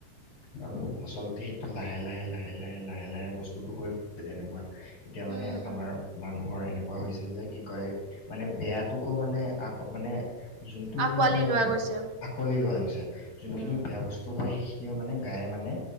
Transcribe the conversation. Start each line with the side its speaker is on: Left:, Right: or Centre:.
Left: আৰু আচলতে সেইটো লাহে লাহে লাহে লাহে লাহে লাহে বস্তুটো কৰি তেনেকুৱা এতিয়া মানে
Right: উম
Left: আমাৰ
Right: উম
Left: মানুহৰ এনেকুৱা হৈছে যে কি কয় মানে বেয়াটোকো মানে আক মানে যোনটো
Right: আকোৱালি
Left: মানে
Right: লোৱা গৈছে
Left: আকোৱালি লোৱা হৈছে যোনখিনি
Right: উম
Left: বেয়া বস্তু হয় সেইখিনিও মানে গায়ে মানে